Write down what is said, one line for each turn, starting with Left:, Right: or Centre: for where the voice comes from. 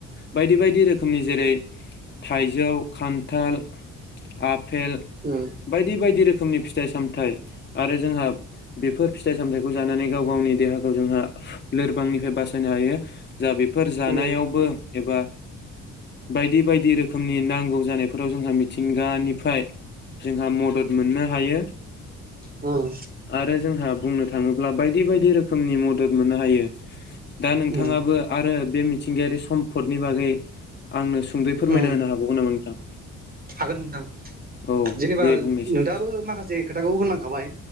Left: बायदि बायदि रोखोमनि जेरै थाइजौ खान थाल आप फेल
Right: उम,
Left: बायदि बायदि रोख खोमनि फिथाइ सामथाइ आरो जोंहा बेफोर फिथाइ सामथायाइखौ जानानै गाव गावनि देहाखौ जोंहा लोरबांनिफ्राय बासायनो हायो। जा बेफोर जानायावबो
Right: उम,
Left: एबा बायदि बायदि रोखो खोमनि नांगौ जानाय फोराव जोंहा मिथिंगानिफ्राय जोंहा मदद मोननो हायो।
Right: उम,
Left: आरो जोंहा बुंनो थाङोब्ला बायदि बायदि रोखोमनि मदद मोननो हायो। दा नोंथाङाबो
Right: उम,
Left: आरो बे मिथिंगायारि सम्पदनि बागै आंनो सुंदयै फोरमाय
Right: उम.
Left: होनो हौ नामा नोंथां?
Right: हागोन नोंथां।
Left: औ
Right: जेनेबा
Left: दे बुंनायसै
Right: नोंथाङाबो माखासे खोथाखौ होनलांखाबाय।